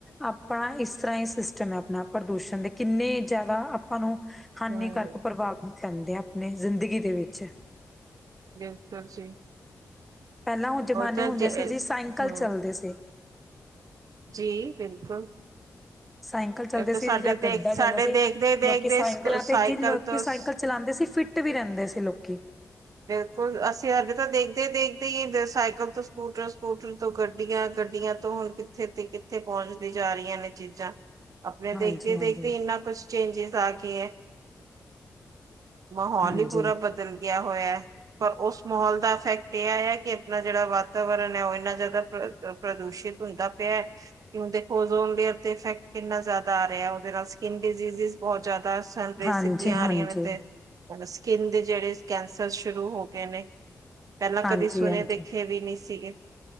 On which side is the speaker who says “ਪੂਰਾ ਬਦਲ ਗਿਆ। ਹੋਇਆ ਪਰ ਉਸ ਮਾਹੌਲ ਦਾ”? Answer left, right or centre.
Right